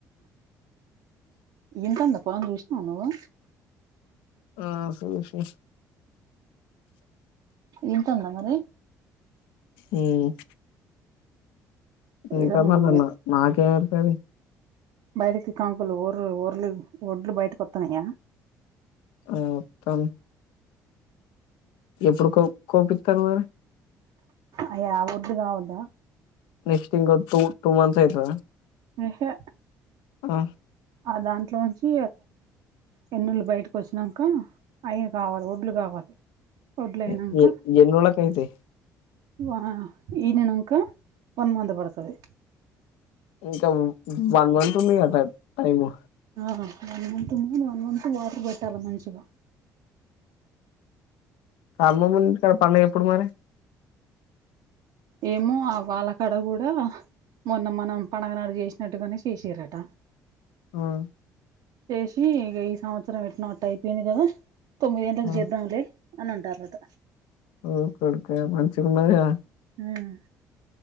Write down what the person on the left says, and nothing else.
ఆ సుషిన
ఉ మ్ ఇంక
మల్లన్న నాకేం ఎరుకాది
ఆ ఒత్తాన్ ఎప్పుడు కొ కోపిత్తరు మరి
నెక్స్ట్ ఇంక టూ టూ మంత్స్ అయితదా
అ
ఎ ఎన్ని రోజులకు అయితయి
సో ఇక వ వన్ మంత్ ఉందిగా టైము
అమ్మమొల్ల ఇంటికాడ పండుగ ఎప్పుడు మరి
ఉమ్
ఆ
ఓరి కొడుకా మంచిగా ఉన్నది గదా